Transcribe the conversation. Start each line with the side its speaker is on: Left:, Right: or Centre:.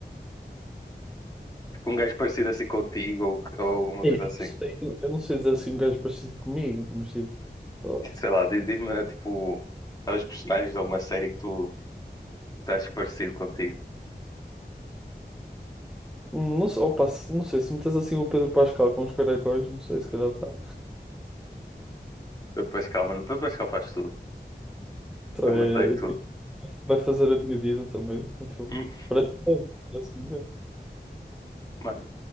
Left: Tipo, um gajo parecido assim contigo ou, ou uma
Centre: É,
Left: coisa
Centre: Eu não
Left: assim.
Centre: sei, eu- eu não sei dizer assim um gajo parecido comigo, mas tipo. só-
Left: Sei lá, diz- diz-me, tipo, talvez personagens de alguma série que tu, tu achas parecido contigo.
Centre: Hum, Não sei, opa, se- não sei, se metes assim o Pedro Pascal com os caracóis, não sei, se calhar está.
Left: O Pascal, mano. O Pascal faz tudo.
Centre: Então,
Left: Ele
Centre: é,
Left: mantém tudo.
Centre: é tipo,
Left: <laughs>
Centre: vai fazer a minha vida também, um filme.
Left: Hum.
Centre: Parece-me bem, parece-me bem.
Left: Mano,